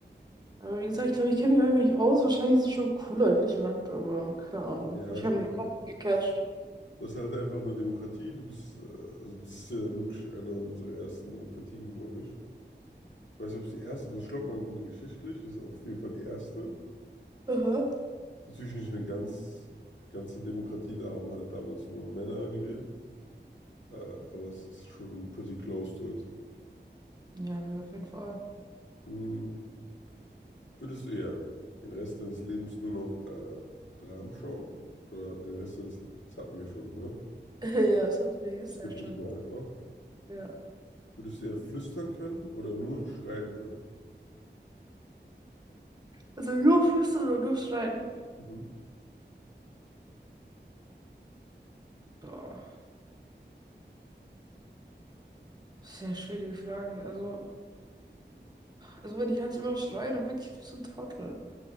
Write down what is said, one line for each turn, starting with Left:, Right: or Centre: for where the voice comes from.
Right: Aber wie gesagt, ich glaube, ich kenne mich einfach nicht aus. Wahrscheinlich ist es schon cooler in Griechenland, aber keine Ahnung.
Left: Ja,
Right: Mich
Left: ich
Right: haben
Left: glaube,
Right: die Karten gecatcht.
Left: das ist halt einfach eine Demokratie. Du bist, äh, also das ist ja wirklich eine unserer ersten Demokratien, glaube ich. Ich weiß nicht, ob es die erste, also ich glaube, man geschichtlich ist auf jeden Fall die erste.
Right: Aha.
Left: Natürlich nicht eine ganz, ganze Demokratie, da haben halt damals nur Männer gewählt, äh, aber es ist schon pretty close to it.
Right: Ja, nee, auf jeden Fall.
Left: Hm, würdest du eher den Rest deines Lebens nur noch äh, Dramen schauen? Oder den Rest deines Lebens, das hatten wir schon, ne?
Right: <laughs> Ja, das hatten wir gestern
Left: Ich skippe
Right: schon
Left: das mal
Right: tatsächlich.
Left: einfach.
Right: Ja.
Left: Würdest du eher flüstern können oder nur schreien können?
Right: Also nur flüstern oder nur schreien?
Left: Mhm.
Right: Boah, sehr schwierige Frage. Also, also wenn ich halt immer schreie, dann wirklich wie so ein Trottel.